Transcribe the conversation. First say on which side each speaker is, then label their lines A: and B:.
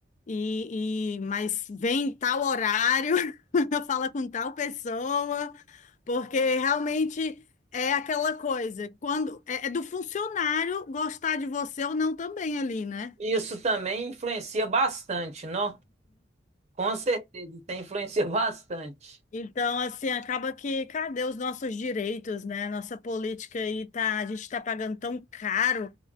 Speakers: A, on the left; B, on the right.
A: e, e- mas vem em tal horário, <laughs> fala com tal pessoa, porque realmente é aquela coisa, quando é, é do funcionário gostar de você ou não também ali, né?
B: Isso também influencia bastante, não? Com certeza, tem influencia bastante.
A: Então, assim, acaba que cadê os nossos direitos, né? Nossa política aí tá, a gente está pagando tão caro,